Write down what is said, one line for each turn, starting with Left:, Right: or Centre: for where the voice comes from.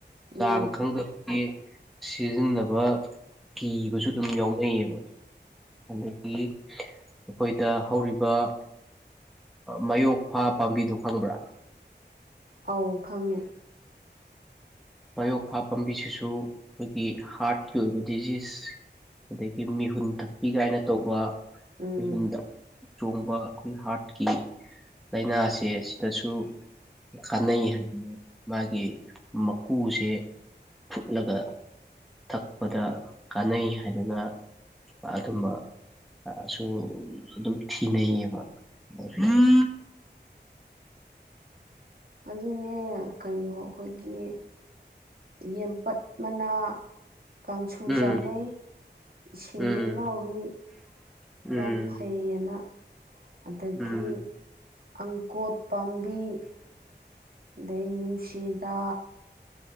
Right: ꯎꯝ
Centre: ꯆꯥꯡ ꯈꯪꯗꯕꯦ ꯁꯤꯖꯤꯟꯅꯕ ꯀꯤꯕꯁꯨ ꯑꯗꯨꯝ ꯌꯥꯎꯅꯩꯌꯦꯕ ꯑꯗꯒꯤ ꯑꯩꯈꯣꯏꯗ ꯍꯧꯔꯤꯕ ꯃꯌꯣꯛꯐꯥ ꯄꯥꯝꯕꯤꯗꯨꯣ ꯈꯪꯕ꯭ꯔꯥ
Right: ꯑꯧ ꯈꯪꯉꯦ
Centre: ꯃꯌꯣꯛꯄ ꯄꯥꯝꯕꯤꯁꯤꯁꯨ ꯑꯩꯈꯣꯏꯒꯤ ꯍꯥꯔꯠꯀꯤ ꯑꯣꯏꯕ ꯗꯤꯖꯤꯖ ꯑꯗꯒꯤ ꯃꯤꯍꯨꯟ ꯊꯛꯄꯤ ꯀꯥꯏꯅ ꯇꯧꯕ
Right: ꯎꯝ
Centre: ꯌꯍꯨꯝꯗ ꯆꯣꯡꯕ ꯑꯩꯈꯣꯏ ꯍꯥꯔꯠ ꯀꯤ ꯂꯥꯏꯅꯥꯁꯦ ꯁꯤꯗꯁꯨ ꯀꯥꯟꯅꯩ ꯍꯥꯏ ꯃꯥꯒꯤ ꯃꯀꯨꯁꯦ ꯐꯨꯠꯂꯒ ꯊꯛꯄꯗ ꯀꯥꯟꯅꯩ ꯍꯥꯏꯗꯅ ꯑꯗꯨꯝꯕ ꯁꯨ ꯑꯗꯨꯝ ꯊꯤꯅꯩꯌꯦꯕ ꯎꯝ
Right: ꯑꯗꯨꯅꯦ ꯀꯩꯅꯣ ꯑꯩꯈꯣꯏꯒꯤ ꯌꯦꯦꯝꯄꯠ ꯃꯅꯥ ꯀꯥꯡꯥꯡꯁꯨ
Centre: ꯎꯝ
Right: ꯆꯅꯩ ꯏꯁꯤꯡꯂꯤ
Centre: ꯎꯝ
Right: ꯅꯥꯔꯤ
Centre: ꯎꯝ
Right: ꯌꯥꯝ ꯐꯩꯌꯦꯅ ꯑꯗꯒꯤ
Centre: ꯎꯝ
Right: ꯑꯪꯀꯣꯠ ꯄꯥꯝꯕꯤ ꯂꯩꯃꯅꯨꯡꯁꯤꯗꯥ